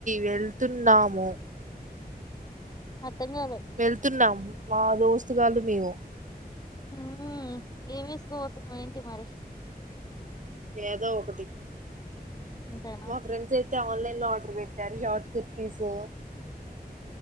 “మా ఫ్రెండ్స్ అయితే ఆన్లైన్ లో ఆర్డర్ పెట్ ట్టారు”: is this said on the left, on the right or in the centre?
Right